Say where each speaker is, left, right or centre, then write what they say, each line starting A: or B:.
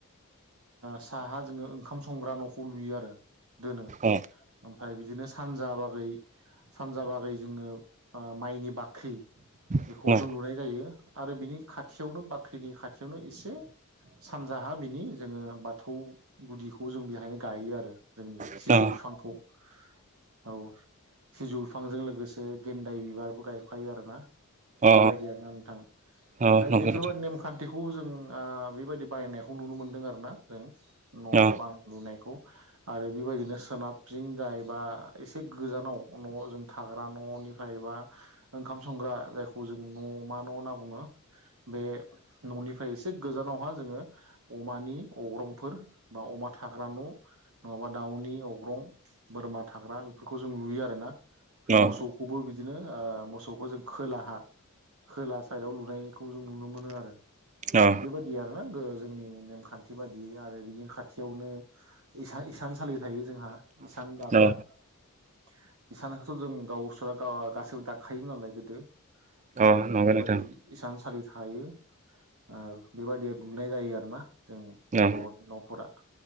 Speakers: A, on the right (about 75°); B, on the right (about 35°).
A: साहा जोङो ओंखाम संग्रा न'खौ लुयो आरो दोनो ।
B: उम
A: ओमफ्राय बिदिनो सानजा बागै सानजा बागै जोङो माइनि बाग ख्रि बेखौ
B: उम
A: जों लुनाय जायो आरो बिनि खाथियावनो बाख्रिनि खाथियावनो एसे सानजाहा बिनि जोङो बाथौ गुदिखौ जों बेहायनो गायो आरो जोंनि
B: उम
A: सिजौ बिफांखौ । औ सिजौ बिफांजों लोगोसे गेन्दाय बिबारबो गायखायो आरोना ।
B: अ
A: बेबायदि आरोना नोंथां
B: अ
A: ओमफ्राय
B: नंगौ
A: बेफोरबायदि
B: नोंथां
A: नेमखान्थिखौ बेखौ जों बेबायदि बायनायखौ नुनो मोनदों आरोना जों न'
B: अ
A: बां लुनायखौ आरो बेबायदिनो सोनाबजोंं जायबा एसे गोजानाव न'आव जों थाग जाग्रा न'निफ्रायबा ओंख संग्रा जायखौ जों न' मा न' होनना बुङो । बे न'निफ्राय एसे गोजानावहा जोङो अमानि अग्रंफोर बा अमा थाग्रा न' नङाबा दाउनि अब्रं बोरमा थाग्रा बेफोरखौ जों लुयो आर ना । ओमफ्राय
B: अ
A: मोसौखौबो बिदिनो बिदिनो मोसौखौ जों खोलाहा खोला साइदआव लुनायखौ जों नुनो मोनो आरो
B: अ
A: बेबायाददि आरोना जोंनि नेमखान्थि बाददि आरो बिदिनो खाथि बेयावनो इसान सालि थायो जोंहा इसान दाग्रा
B: अ
A: । इसानखौथ' जों गावसोरा गासैबो दाखायोमोन नालाय गोदो । औ
B: अ नंगौ
A: बेबायाददि
B: नोंथां
A: इसान सलि थायो आरो बेबाददिया लुनाय जायो आरोना जों
B: अ
A: बर'नि न'फोरा ।